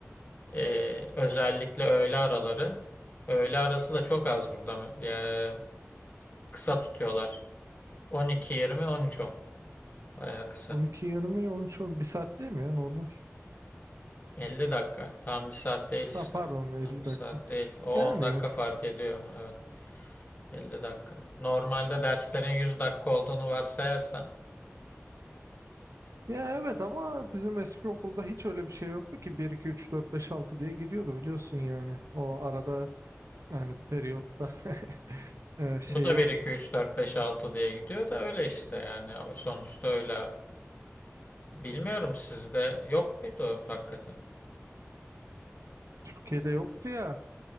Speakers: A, on the left (about 35°); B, on the right (about 80°).
A: Ee, özellikle öğle araları. Öğle arası da çok az burada. mı- Ya, kısa tutuyorlar. 12-20, 13-10. Bayağı kısa.
B: on iki yirmi, on üç on bir saat değil mi ya normal?
A: 50 dakika. Tam bir saat değil işte.
B: Ha pardon 50
A: Tam bir
B: dakika.
A: saat değil. O
B: Yani
A: 10 dakika fark ediyor. Evet. 50 dakika. Normalde derslerin 100 dakika olduğunu varsayarsan
B: Ya evet ama bizim eski okulda hiç öyle bir şey yoktu ki bir 2 3 4 5 6 diye gidiyordu biliyorsun yani. O arada yani periyotta <laughs> e, şey
A: Bu da
B: yoktu.
A: bir 2 3 4 5 6 diye gidiyor da öyle işte yani. Sonuçta öyle. Bilmiyorum sizde yok muydu hakikaten?
B: Türkiye'de yoktu ya.